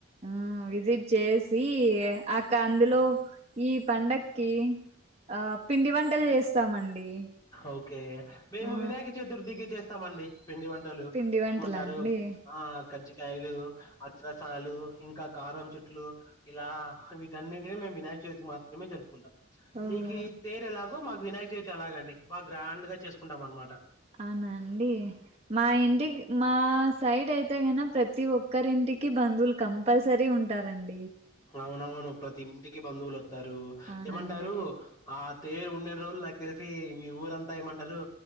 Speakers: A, on the right (about 30°); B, on the left (about 20°).
A: ఆ విజిట్ చేసి అక్క అందులో
B: ఆ!
A: ఈ పండక్కి ఆ పిండి వంటలు చేస్తామండి
B: ఓకే మేము
A: ఆ
B: వినాయక చతుర్దిికి చేస్త ఇస్తామండి పిండి వంటలు
A: పిండి వంటలా
B: ఏమంటారు
A: అండి
B: ఆ క్జ కాలు అచ్చసాలు ఇంకా కారం చుట్టూ ట్లు ఇలా వీటన్నిటి మేము వినాయక చవితికి మాత్రమే జరుపుకుంటాం
A: ఓ
B: మీకు తేర ఎలా మాకు వినాయక చవితి అలాగండి బాగా గ్రాండ్ గా చేసుకుంటాం అనమాట
A: అవునాండి మా
B: అవునండి
A: ఇంటికి మా సైడ్ అయితే కన ప్రతి ఒక్కరింటికి బంధువులు కంపల్సరీ ఉంటా ంటారంండి
B: అవునవును ప్రతి ఇంటికి బందువులు- ారు
A: అవునండి
B: ఏమంటారు ఆ పేరు ఉడిన రోజులు నాకు తెలిసి మీ ఊరంతా ఏమంటారు